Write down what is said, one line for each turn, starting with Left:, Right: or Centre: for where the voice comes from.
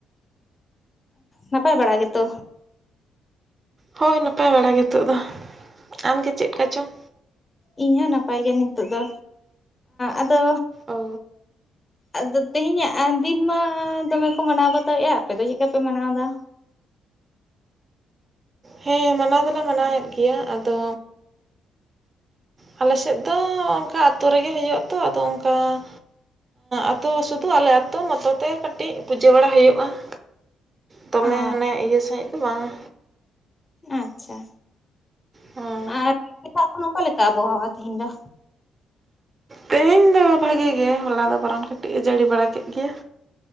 Left: ᱱᱟᱯᱟᱭ ᱵᱟᱲᱟ ᱜᱮᱛᱚ
Right: ᱦᱳᱭ ᱱᱟᱯᱟᱭ ᱵᱟᱲᱟ ᱜᱮ ᱱᱤᱛᱚᱜ ᱫᱚ ᱟᱢᱜᱮ ᱪᱮᱫᱠᱟ ᱪᱚᱝ
Left: ᱤᱧ ᱦᱚᱸ ᱱᱟᱯᱟᱭ ᱜᱮ ᱱᱤᱛᱚᱜ ᱫᱚ ᱟᱫᱚ
Right: ᱚ
Left: ᱟᱫᱚ ᱛᱮᱦᱮᱧᱟᱜ ᱫᱤᱱ ᱢᱟ ᱫᱚᱢᱮ ᱠᱚ ᱢᱟᱱᱟᱣ ᱵᱟᱛᱟᱣᱮᱫᱼᱟ, ᱟᱯᱮ ᱫᱚ ᱪᱮᱫ ᱞᱮᱠᱟ ᱯᱮ ᱢᱟᱱᱟᱣ ᱮᱫᱟ?
Right: ᱦᱮᱸ ᱢᱟᱱᱟᱣ ᱫᱚᱞᱮ ᱢᱟᱱᱟᱣᱮᱫ ᱜᱮᱭᱟ, ᱟᱫᱚ ᱟᱞᱮ ᱥᱮᱫ ᱫᱚ ᱚᱱᱠᱟ ᱟᱛᱳ ᱨᱮᱜᱮ ᱦᱩᱭᱩᱜ ᱟᱛᱚ ᱟᱫᱚ ᱚᱱᱠᱟ ᱾ ᱟᱛᱳ ᱥᱩᱫᱷᱩ ᱟᱞᱮ ᱟᱛᱳ ᱢᱚᱛᱚ ᱛᱮ ᱠᱟᱹᱴᱤᱡ ᱯᱩᱡᱟᱹ ᱵᱟᱲᱟ ᱦᱩᱭᱩᱜᱼᱟ ᱾ ᱫᱚᱢᱮ
Left: ᱚ
Right: ᱦᱟᱱᱮ ᱤᱭᱟᱹ ᱥᱟᱸᱦᱤᱡ ᱫᱚ ᱵᱟᱝᱟ
Left: ᱟᱪᱪᱷᱟ,
Right: ᱦᱮᱸ
Left: ᱟᱨ ᱮᱴᱟᱜ ᱠᱷᱚᱱ ᱚᱠᱟ ᱞᱮᱠᱟ ᱟᱵᱚᱦᱟᱣᱟ ᱛᱮᱦᱮᱧ ᱫᱚ?
Right: ᱛᱮᱦᱮᱧ ᱫᱚ ᱵᱷᱟᱜᱮ ᱜᱮ ᱦᱚᱞᱟ ᱫᱚ ᱵᱚᱨᱚᱱ ᱠᱟᱹᱴᱤᱡᱼᱮ ᱡᱟᱹᱲᱤ ᱵᱟᱲᱟ ᱠᱮᱫ ᱜᱮᱭᱟ